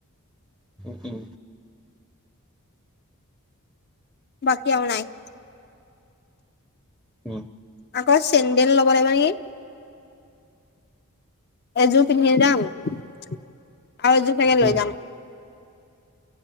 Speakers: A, in the centre; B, on the left (about 45°).
A: হুম
B: বাকি আৰু নাই
A: উম
B: আকৌ চেণ্ডেল ল'ব লাগিব নিকি। এযোৰ পিন্ধি যাম, আৰু এযোৰ চাগে লৈ
A: উম
B: যাম।